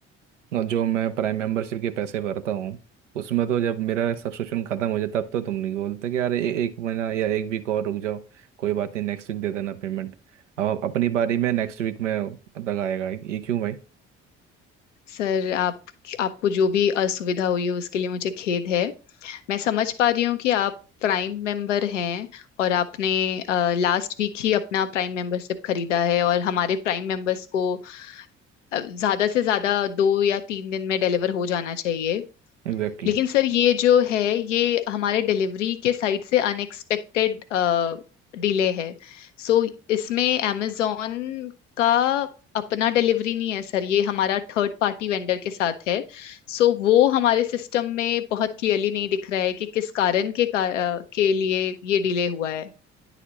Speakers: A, on the right; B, on the left.
A: और जो मैं प्राइम मेंबरशिप के पैसे भरता हूँ उसमें तो जब मेरा सब्सक्रिप्शन खत्म हो जाता तब तो तुम नहीं बोलते कि अरे ए, एक महीना या एक वीक और रुक जाओ कोई बात नहीं नेक्स्ट वीक दे देना पेमेंट अब अपनी बारी में नेक्स्ट वीक में तक आएगा ये क्यों भाई
B: सर आप आपको जो भी असुविधा हुई है उसके लिए मुझे खेद है मैं समझ पा रही हूँ कि आप प्राइम मेंबर हैं और आपने लास्ट वीक ही अपना प्राइम मेंबरशिप खरीदा है और हमारे प्राइम मेंबर्स को अ, ज्यादा से ज्यादा दो या तीन दिन में डिलीवर हो जाना चाहिए
A: एग्जैक्टली
B: लेकिन सर ये जो है ये हमारे डिलीवरी के साइड से अनएक्सपेक्टेड डिले है सो इसमें amazon का अपना डिलीवरी नहीं है सर ये हमारा थर्ड पार्टी वेंडर के साथ है सो वो हमारे सिस्टम में बहुत क्लियरली नहीं दिख रहा है कि किस कारण के का, अ, के लिए ये डिले हुआ है